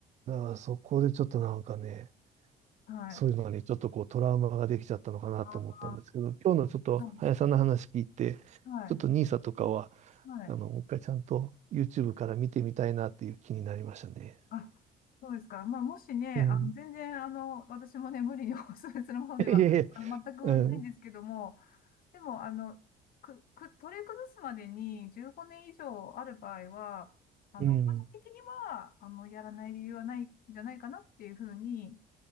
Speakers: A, on the right (about 45°); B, on the left (about 60°).
A: う。だからそこでちょっとなんかね、
B: はい。
A: そういうのにちょっとこうトラウマができちゃったのかなと思ったんですけど、
B: あ
A: 今日のちょっと林さんの話聞いて、
B: あ、はい、はい、
A: ちょっとニーサとかは、
B: はい。
A: あの、もう一回ちゃんと YouTube から見てみたいなっていう気になりましたね。
B: あ、そうですか。まあ、もしね、
A: うん。
B: あの、全然、
A: <laughs>
B: あの、私もね、無理にお勧めするものでは、
A: いえいえ。
B: あの、全くないんですけども、
A: うん。
B: でも、あの、く、く、取り崩すまでに15年以上ある場合は、あの、
A: うん。
B: 個人的には、あの、やらない理由はないんじゃないかなっていうふうに、